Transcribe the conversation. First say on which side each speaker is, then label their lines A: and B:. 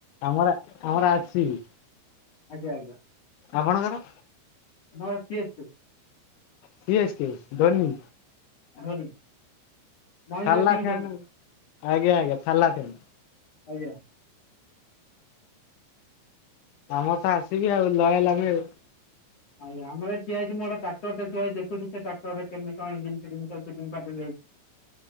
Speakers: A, on the left; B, on the left.
A: ଆମର ଆମର ଆର୍ ସି ବି।
B: ଆଗିଅ ଆଗିଅ।
A: ଆପଣଙ୍କର?
B: ମୋର C S K.
A: C S K Dhoni.
B: Dhoni Mahendra
A: ଚାଲାଖିଆ
B: Singh ଧୋନି
A: ନା ଆଉ ଆଜ୍ଞା ଆଜ୍ଞା ଚାଲାଖିନା।
B: ଆଜ୍ଞା।
A: ଆମର ତ ଆର୍ ସି ବି ଆଉ ଲୟାଲ ଆମେ ଆଉ।
B: ଆଜ୍ଞା ଆମର ଏ ଠିଆ ହେଇକି ମୁଁ ଗୋଟେ ଟାକ୍ଟରଟେ ଠିଆ ହେଇଚି ମୁଁ ଦେଖୁଚି ସେ ଟାକ୍ଟରରେ କେମିତି କଣ ଇଞ୍ଜିନ ଫିଞ୍ଜିନ ସବ ଫିଟିଙ୍ଗ <unintelligible>